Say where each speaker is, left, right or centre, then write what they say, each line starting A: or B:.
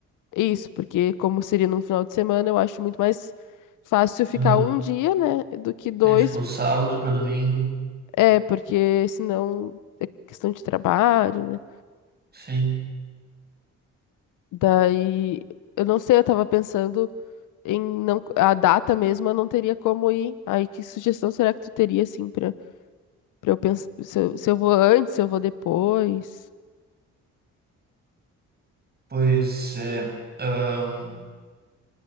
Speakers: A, on the left; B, on the right.
A: Isso, porque como seria num final de semana, eu acho muito mais fácil ficar
B: Aham.
A: um dia, né, do que dois,
B: Sim, tipo, sábado para domingo.
A: é, porque senão é questão de trabalho, né?
B: Sim.
A: Daí, eu não sei, eu tava pensando em não, a data mesmo, eu não teria como ir. Aí, que sugestão será que tu teria, assim, pra, pra eu pensar, se eu, se eu vou antes, se eu vou depois?
B: Pois é, ahn,